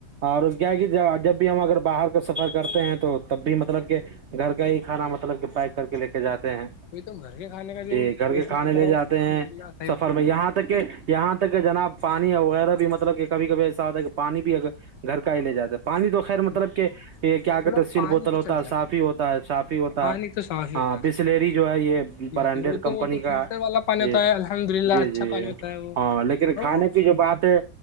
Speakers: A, on the right; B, on the left.
A: اور اس کیا کہ جب بھی ہم اگر باہر کا سفر کرتے ہیں تو تب بھی مطلب کہ گھر کا ہی کھانا مطلب کہ پیک کر کے لے کے جاتے ہیں
B: وہی تو گھر کے کھانے کا جو
A: جی گھر
B: ٹیسٹ
A: کے کھانے
B: ہوتا
A: لے
B: ہے
A: جاتے
B: الحمد
A: ہیں
B: للہ صحیح
A: سفر
B: ہوتا
A: میں یہاں تک کہ یہاں تک کہ جناب پانی وغیرہ بھی مطلب کہ کبھی کبھی ایسا ہوتا ہے کہ پانی بھی اگر گھر کے ہیے جاتے پانی تو خیر
B: ہے۔
A: مطلب کہ یہ کیا کہتے
B: چلو
A: ہیں سیل
B: پانی
A: بوتل
B: تو
A: ہوتا
B: چل
A: ہے
B: جاتا
A: صاف ہی ہوتا ہے صاف ہی ہوتا
B: پانی
A: ہے
B: تو صاف ہی
A: ہاں
B: ہوتا ہے
A: بسلری جو ہے یہ
B: جی
A: برانڈیڈ
B: جی وہ
A: کمپنی
B: تو وہ تو
A: کا
B: فلٹر والا پانی
A: جی
B: ہوتا ہے الحمد للہ
A: جی
B: اچھا
A: جی
B: پانی ہوتا ہے وہ
A: ہاں لیکن
B: اور
A: کھانے
B: وہ
A: کی جو بات ہے